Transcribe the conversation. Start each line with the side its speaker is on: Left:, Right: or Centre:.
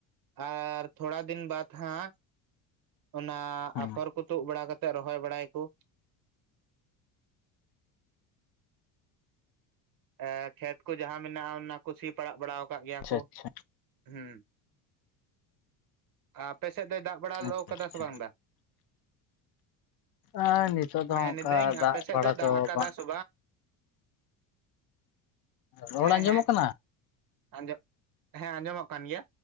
Right: ᱟᱨ ᱛᱷᱚᱲᱟ ᱫᱤᱱ ᱵᱟᱛᱷ ᱦᱟᱸᱜᱼᱼ ᱚᱱᱟ
Left: ᱦᱮᱸ
Right: ᱟᱯᱷᱚᱨ ᱠᱚ ᱛᱩᱜ ᱵᱟᱲᱟ ᱠᱟᱛᱮᱜ ᱨᱚᱦᱚᱭ ᱵᱟᱲᱟᱭ ᱠᱩ᱾ ᱮ ᱠᱷᱮᱛ ᱠᱩ ᱡᱟᱦᱟᱸ ᱢᱮᱱᱟᱜ-ᱟ ᱚᱱᱟ ᱠᱩ ᱥᱤ ᱯᱟᱲᱟᱜ ᱵᱟᱲᱟᱣ ᱠᱟᱜ ᱜᱮᱭᱟ
Left: ᱟᱪᱪᱷᱟ
Right: ᱠᱚ
Left: ᱟᱪᱪᱷᱟ
Right: ᱦᱩᱸ᱾ ᱟᱯᱮ ᱥᱮᱜ ᱫᱚᱭ ᱫᱟᱜ ᱵᱟᱲᱟ
Left: ᱟᱪᱪᱷᱟ
Right: ᱞᱚ ᱠᱟᱫᱟ
Left: ᱟᱪᱪᱷᱟ
Right: ᱥᱮ ᱵᱟᱝ ᱫᱟ?
Left: ᱟᱻᱱᱤᱛᱚᱜ ᱫᱚ
Right: ᱢᱮᱱᱤᱫᱟᱹᱧ
Left: ᱚᱱᱠᱟ ᱫᱟᱜ
Right: ᱟᱯᱮ ᱥᱮᱫ
Left: ᱵᱟᱲᱟ
Right: ᱫᱚᱭ ᱫᱟᱜ
Left: ᱫᱚ
Right: ᱟᱠᱟᱫᱟ
Left: ᱵᱟᱝ᱾
Right: ᱥᱮ
Left: ᱨᱚᱲ
Right: ᱦᱮᱸ
Left: ᱟᱸᱡᱚᱢᱚᱜ
Right: ᱦᱮᱸ
Left: ᱠᱟᱱᱟ
Right: ᱟᱸᱡᱚᱢ ᱦᱮᱸ ᱟᱸᱡᱚᱢᱚᱜ ᱠᱟᱱ ᱜᱮᱭᱟ᱾